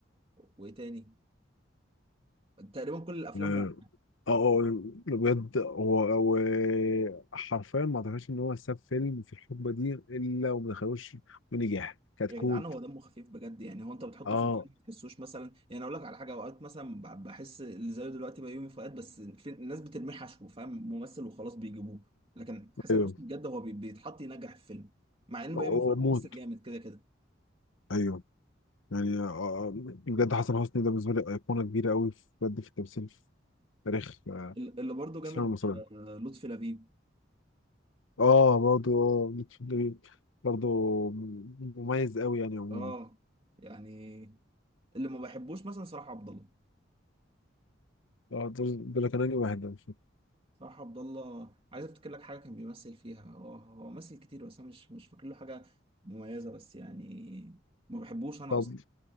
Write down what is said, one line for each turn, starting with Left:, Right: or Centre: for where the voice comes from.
Right: وايه تاني تقريبا كل الافلام
Left: اه
Right: هو
Left: اه آه، بجد هو هو حرفيا ما اعتقدش ان هو ساب فيلم في الحقبه دي الا وما دخلوش ونجح كتكوت
Right: يا جدعان هو دمه خفيف بجد يعني هو انت بتحطه
Left: اه
Right: في الفيلم ما تحسوش مثلا يعني اقول لك على حاجة اوقات مثلا ب- بحس اللي زيه دلوقتي بيومي فؤاد بس في... الناس بترميه حشو فاهم ممثل وخلاص بيجيبوه لكن حسن
Left: ايوه
Right: حسني بجد هو بي... بيتحط ينجح الفيلم مع ان
Left: وموت
Right: بيومي فؤاد ممثل جامد كده كده
Left: ايوه يعني آه، آه، بجد حسن حسني ده بالنسبه لي ايقونه كبيره قوي بجد في التمثيل في تاريخ آه،
Right: اللي برضه جامد
Left: السينما المصريه
Right: آه، لطفي لبيب
Left: اه برضو اه بيتشيلي برضو مميز قوي يعني عموما
Right: اه يعني اللي ما بحبوش مثلا صلاح عبد الله
Left: اه دول دول كانوا لي واحد ده مش فاكر.
Right: صلاح عبد الله عايز افتكر لك حاجه كان بيمثل فيها هو هو مثل كتير بس انا مش مش فاكر له حاجه مميزه بس يعني ما بحبوش انا
Left: طب
Right: اصلا